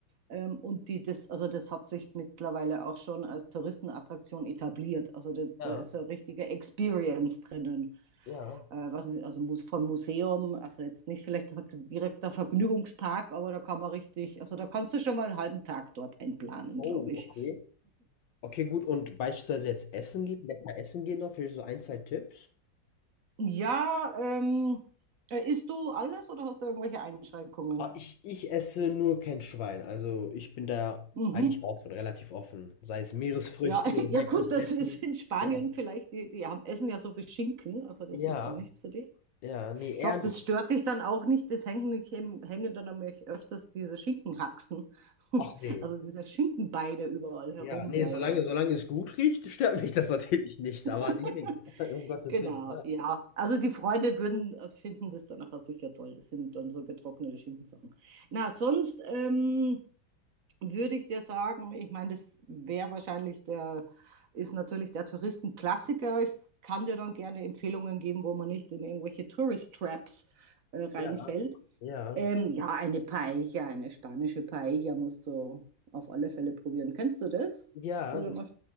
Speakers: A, on the right; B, on the left.
A: Ähm, und die, das, also das hat sich mittlerweile auch schon als Touristenattraktion etabliert. Also da,
B: Ja.
A: da ist so eine richtige Experience drinnen.
B: Ja.
A: Äh, weiß nicht, also muss von Museum, also jetzt nicht vielleicht direkter Vergnügungspark, aber da kann man richtig, also da kannst du schon mal einen halben Tag dort einplanen,
B: Oh,
A: glaube ich.
B: okay. Okay, gut. Und beispielsweise jetzt essen gehen, lecker essen gehen noch, vielleicht so ein, zwei Tipps.
A: Ja, ähm, äh, isst du alles oder hast du irgendwelche Einschränkungen?
B: Ah, ich, ich esse nur kein Schwein. Also ich bin da
A: Mhm.
B: eigentlich offen, relativ offen. Sei es Meeresfrüchte,
A: Ja, <laughs> ja
B: leckeres
A: gut,
B: Essen.
A: das ist in Spanien
B: Ja,
A: vielleicht, die, die haben, essen ja so viel Schinken, also das
B: ja,
A: ist dann nichts für dich.
B: ja, nee,
A: Ich
B: ehrlich.
A: hoffe, das stört dich dann auch nicht, das hängen, ich häng- hänge dann nämlich öfters diese Schinkenhaxen, <laughs>
B: Ach nee.
A: also diese Schinkenbeine überall herum,
B: Ja, nee,
A: ja,
B: solange,
A: ja, das
B: solange
A: sind sie.
B: es gut riecht, stört mich das natürlich nicht.
A: <laughs>
B: Aber nee, nee. <laughs> Um Gottes
A: Genau,
B: Willen.
A: ja. Also die Freunde würden also finden das dann nachher sicher toll. Das sind dann so getrocknete Schinkensachen. Na, sonst, ähm, würde ich dir sagen, ich meine, das wäre wahrscheinlich der, ist natürlich der Touristenklassiker. Ich kann dir dann gerne Empfehlungen geben, wo man nicht in irgendwelche Tourist Traps äh, reinfällt.
B: Ja, ja.
A: Ähm, ja, eine Paella, eine spanische Paella musst du auf alle Fälle probieren. Kennst du das?
B: Ja,
A: So,
B: ja, das,
A: da mach-